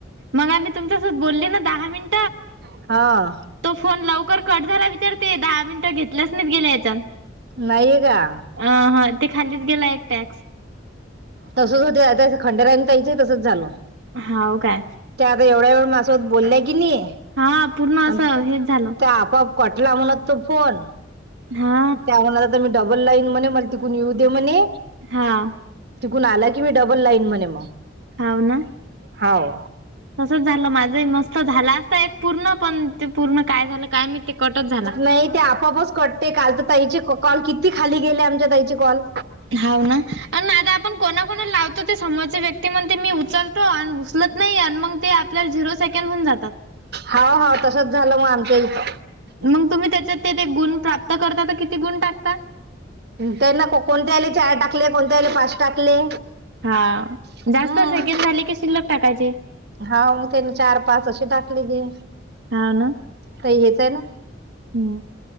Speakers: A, on the right (about 75°); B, on the right (about 55°).
A: मग आधी तुमच्या सोबत बोलली ना दहा मिन
B: हा
A: तो फोन लवकर कट झाला विचार ते दहा मिनटं घेतल्याच नाही गेले याच्यात.
B: नाहीये का
A: अ ह ते खालीच गेला एक टॅक्स.
B: तसंच होते आ खंडेरान ताईच ही तसंच झालं.
A: हाव का
B: ते आता एवढ्या वेळ मासोबत बोलल्या की नाही
A: हा पूर्ण
B: अन
A: असं हेच झालं
B: ते आपोआप कटला म्हणत तो फोन.
A: हा
B: त्या म्हणत तर मी डबल लाईन म्हणे मला तिकून येऊ दे म्हणे.
A: हां.
B: तिकून आला की मी डबल लाईन म्हणे मग.
A: हाव ना.
B: हाव
A: तसच झाल माझही मस्त झाल असत एक पूर्ण पण ते पूर्ण काय झाल काय माहिती ते कटच झाला.
B: नाही ते आपोआपच कट ते काल तर ताईचे कॉल किती खाली गेले आमच्या ताईचे कॉल.
A: हाव ना अण आता आपण कोणा कोणाला लाव ते समोरचे व्यक्ती म्हणते मी उचलतो आणि उचलत नाही आणि मग ते आपल्या झिरो सेकंद होऊन जातात.
B: हाव हाव तसच झाल मग आमच्या इथ.
A: मग तुम्ही त्याच्यात ते ते गुण प्राप्त करता तर किती गुण टाकता.
B: त्यांना कोणते ह्यायले चार टाकले कोणत्याला पाच टाकले.
A: हा
B: हम्म
A: जास्त सेकंद झाले की शिल्लक टाकायचे.
B: हा मग त्यानी चार पाच अशी टाकलेले.
A: हाव ना.
B: ताई हेच आहे ना?
A: हम्म